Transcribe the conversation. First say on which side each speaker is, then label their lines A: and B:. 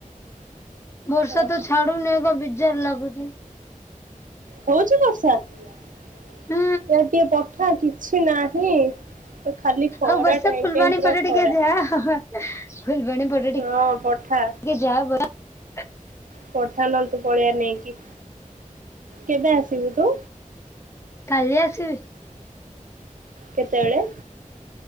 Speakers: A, on the left; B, on the right.
A: ବର୍ଷା
B: ଓହୋ
A: ତ ଛାଡୁ ନି ବିିଜାଡ ଲାଗୁଛି <inaudible>
B: ହଉଛି ବର୍ଷା ୟାଡେ
A: ହୁଁ
B: ଟିକେ ପଠା କିଛି କିଛି ନାହିଁ ଖାଲି ଖରା
A: ଆଉ ବର୍ଷା
B: ଟାଇମ୍
A: ଫୁଲବାଣୀ
B: ଟାଇମ୍ ପୁରା
A: ପଟେ
B: ଖରା।
A: ଟିକେ ଯାହା ଫୁଲବାଣୀ ପଟ
B: ହଁ
A: ଟିକେ
B: ପଠା
A: ଯାହା ବର୍ଷା
B: ପଠାନଅନ୍ତୁ ପଳେଇଆ ନେଇକି କେବେ ଆସିବୁ ତୁ
A: କାଲି ଆସିବି
B: କେତେବେଳେ